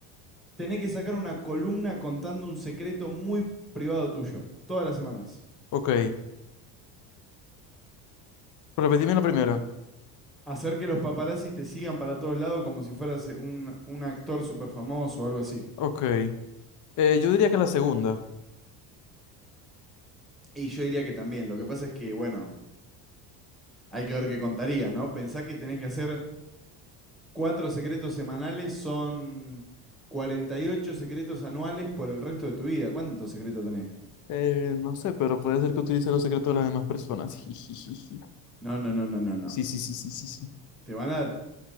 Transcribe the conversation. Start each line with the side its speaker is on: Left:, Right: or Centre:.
Centre: tenés que sacar una columna contando un secreto muy privado tuyo, todas las semanas.
Left: ok. Repetime la primera.
Centre: Hacer que los paparazzi te sigan para todos lados como si fueras eh, un, un actor súper famoso o algo así.
Left: Ok. Eh, yo diría que la segunda.
Centre: Y yo diría que también. Lo que pasa es que, bueno, hay que ver qué contarías, ¿no? Pensá que tenés que hacer cuatro secretos semanales, son 48 secretos anuales por el resto de tu vida. ¿Cuántos secretos tenés?
Left: Eh, no sé, pero puede ser que utilice los secretos de las demás personas. <laughs> Jijijiji.
Centre: No, no, no, no, no, no.
Left: Sí, sí, sí, sí, sí, sí.
Centre: Te van a.